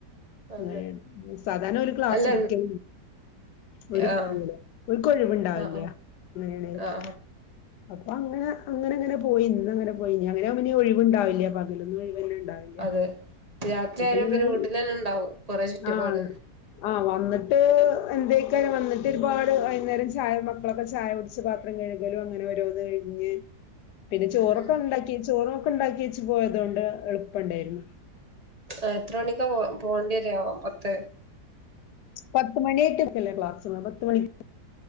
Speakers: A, on the right; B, on the left.
A: അതെ
B: അങ്ങനെയ സാധാരണ ഓല് ക്ലാസ്
A: അല്ല
B: ഇട്ക്ക ഓര് ട്രിപ്പ്പോവും
A: ആഹ്
B: ഓല്ക്കൊഴിവുണ്ടാവില്ല
A: ആഹ് ആഹ്
B: അങ്ങനേണേല്
A: ആഹ്
B: അപ്പൊ അങ്ങനെ അങ്ങനെ അങ്ങനെ പോയി ഇന്ന്ങ്ങനെ പോയി ഞ്ഞി അങ്ങനെ മുമ്പോ നി ഒഴിവുണ്ടാവില്ല പകലൊന്നും ഒഴിവന്നെ ഉണ്ടാവില്ല
A: അതെ രാത്രി
B: ഇപ്പൊ
A: ആയാലും
B: ഞാൻ
A: പിന്നെ വീട്ടിലെന്നെണ്ടാവും കൊറേ ചുറ്റുപാട്
B: ആ ആ വന്ന്ട്ട് എന്തെയ്ക്കാരം വന്നിട്ട് ഒരുപാട് വൈന്നേരം ചായ മക്കളൊക്കെ ചായ കുട്ച്ച പാത്രം കഴുകലും അങ്ങനെ ഓരോന്ന് കഴിഞ്ഞ് പിന്നെ
A: ഉം
B: ചോറൊക്കെണ്ടാക്കി
A: ഉം
B: ചോറൊ പ്പ ണ്ടാക്കെച്ച് പോയതോണ്ട് എളുപ്പണ്ടായ്ര്ന്നു
A: എ എത്ര മണിക്ക പോ പോവേണ്ടി വരാവോ പത്ത്
B: പത്ത് മണിയായിട്ട് ല്ല ക്ലാസ് പത്ത് മണി